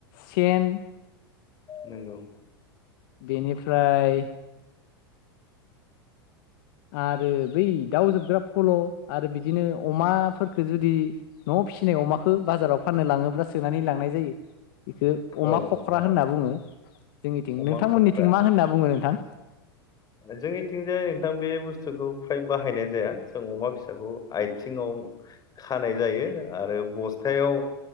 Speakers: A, on the left; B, on the left.
A: सेन
B: नोंगौ
A: बेनिफ्राय आरो बै दाउजोबग्रा फल' आरो बिदिनो अमाफोरखौ जुदि न फिसिनाय अमाखौ बाजाराव फाननो लाङोब्ला सोनानै लांनाय जायो। बेखौ
B: औ
A: अमा खख्रा
B: नंगौ
A: होनना बुङो जोंनिथिं।
B: अमा
A: नोंथांमोनिथिं
B: खख्रा
A: मा होनना बुङो नोंथां।
B: जोंनिथिंजाय नोंथां बे बुस्थुखौ फ्राय बाहायनाय जाया जों अमा फिसाखौ आथिङाव खानाय जायो आरो बस्थायाव